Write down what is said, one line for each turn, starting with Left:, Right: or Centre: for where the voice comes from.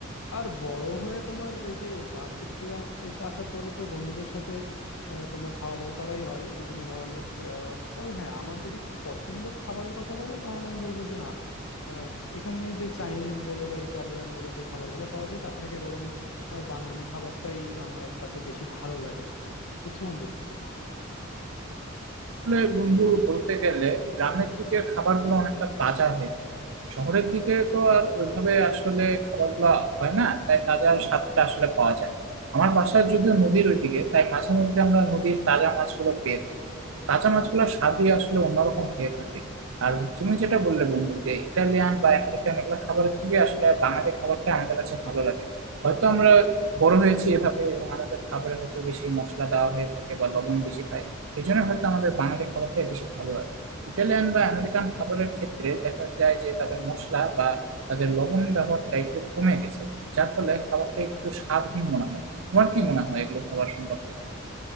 Left: আর বড় হয়ে তোমার এই যে ভার্সিটিতে এসে আসার পরে তো বন্ধুদের সাথে আহ, তোমার খাওয়া দাওয়া করাই হয় বিভিন্ন ধরনের আহ, তবে হ্যাঁ আমার যদি পছন্দের খাবারের কথা বলো তাহলে আমি বলবো যে না আহ, এখানে যে চাইনিজ বলো বা ইটালিয়ান বলো যে খাবারগুলো পাওয়া যায় তার থেকে বরং আহ, বাঙালি খাবারটাই আমার কাছে বেশি ভালো লাগে বুঝছো বন্ধু
Right: আসলে বন্ধু বলতে গেলে গ্রামের দিকে খাবারগুলো অনেকটা তাজা হয়ে থাকে শহরের দিকে তো আর ওইভাবে আসলে খাবারগুলো হয় না তাই তাজা স্বাদটা আসলে পাওয়া যায় না আমার বাসায় যদিও নদীর ওইদিকে তাই মাঝে মধ্যে আমরা নদীর তাজা মাছগুলো পেয়ে থাকি তাজা মাছগুলোর স্বাদই আসলে অন্যরকম হয়ে থাকে আর তুমি যেটা বললে বন্ধু যে ইটালিয়ান বা আমেরিকান এগুলো খাবারের থেকে আসলে বাঙালি খাবারটা আমাদের কাছে ভালো লাগে হয়তো আমরা বড় হয়েছি এভাবে এবং আমাদের খাবারে হয়তো বেশি মশলা দেওয়া হয়ে থাকে বা লবণ বেশি খাই এই জন্য হয়তো আমাদের বাঙালি খাবারটাই বেশি ভালো লাগে ইটালিয়ান বা আমেরিকান খাবারের ক্ষেত্রে দেখা যায় যে তাদের মশলা বা তাদের লবণ ব্যবহারটা একটু কমে গেছে যার ফলে খাবারটা একটু স্বাদহীন মনে হয় তোমার কি মনে হয় এগুলো খাবার সম্পর্কে